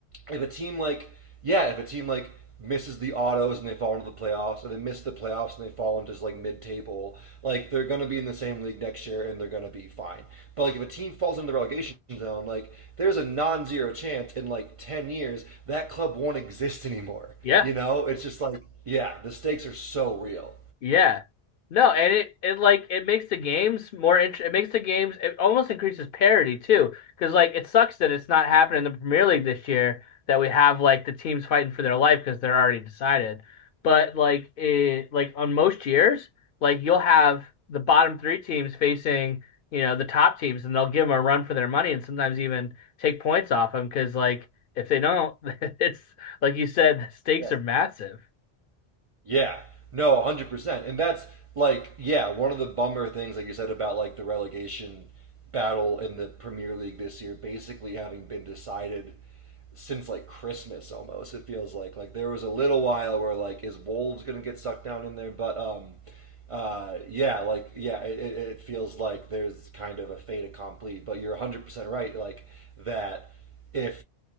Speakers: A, on the right; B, on the left.
A: if a team like yeah, if a team like misses the autos and they fall into the playoffs, or they miss the playoffs and they fall into just like mid-table, like they're gonna be in the same league next year and they're gonna be fine. But like if a team falls into the relegation zone, like there's a non-zero chance in like ten years that club won't exist <laughs> anymore.
B: yeah
A: You know, it's just like yeah, the stakes are so real.
B: Yeah. No, and it it like it makes the games more int it makes the games it almost increases parity too because like it sucks that it's not happening in the Premier League this year that we have like the teams fighting for their life because they're already decided. But like it like on most years, like you'll have the bottom three teams facing, you know, the top teams and they'll give them a run for their money and sometimes even take points off them because like if they don't, <laughs> it's like you said, the stakes
A: Yeah.
B: are massive.
A: Yeah. No, 100%. And that's like yeah, one of the bummer things like you said about like the relegation battle in the Premier League this year basically having been decided since like Christmas almost. It feels like like there was a little while where like is Wolves going to get sucked down in there, but um uh yeah, like yeah, it, it it feels like there's kind of a fait accompli, but you're 100% right like that if